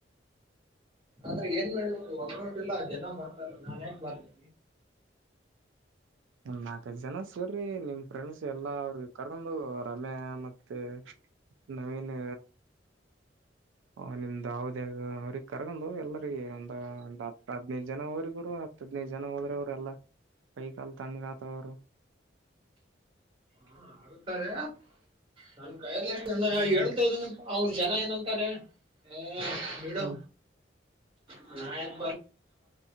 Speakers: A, on the right; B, on the right.
A: ಆದ್ರೆ ಏನ್ ಮಾಡಬೇಕು ಒಗ್ಗಟ್ಟಿಲ್ಲ ಜನ ಬರ್ತಲ್ಲ ನಾನ್ ಹಾಕ್ ಬರ್. <inaudible>
B: ನಾಲ್ಕಜ ಜನ ಸೇರರಿ ನಿಮ್ ಫ್ರೆಂಡ್ಸ್ ಎಲ್ಲಾ ಅವ್ರಿಗೆ ಕರ್ಕೊಂಡು ರಮ್ಯಾ ಮತ್ತೆ. ನವೀನ್. ಹ ನಿಮ್ದಾವ್ದ್ಯ ಅವ್ರಿಗೆ ಕರ್ಗೊಂಡ ಎಲ್ಲರಿಗ ಒಂದ ಒ ಹತ್ತು ಹದ್ನೈದು ಜನ ಅವರಿಗರು. ಹತ್ತು ಹದ್ನೈದು ಜನ ಹೋದ್ರೆ ಅವ್ರ ಎಲ್ಲ ಕೈ ಕಾಲ ತಣ ಆಾತವ್ರು.
A: ಹಾ ಆಗುತ್ತಾರೆ ನನ್ ಕೈಯಲ್ಲಿಷ್ಟ ನಾವು
B: ಹ್ಮ್
A: ಹೇಳ್ತದನ್ನ. ಅವನ್ ಜನ ಏನಂತಾರೆ ಹ ಬಿಡು.
B: ಹ್ಮ್ <inaudible>
A: ಹಾ ನಾಯಕ್